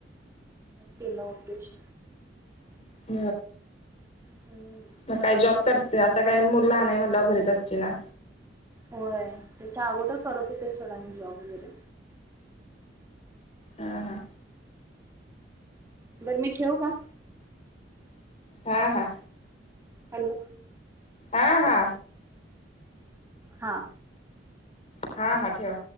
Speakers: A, on the right; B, on the left.
A: गेलो ऑफिस
B: <unintelligible>
A: हम्म.
B: मग काय जॉब कर. त आता काय मुल लहान हाय म्हटल्याव घरीच आसचीला
A: होय त्याच्या अगोदर करत होते सोडा मी जॉब वगैरे.
B: अ हां
A: बरं मी ठेवू का?
B: हां हां
A: हॅलो.
B: आं हा.
A: हां.
B: हां हां ठेवा.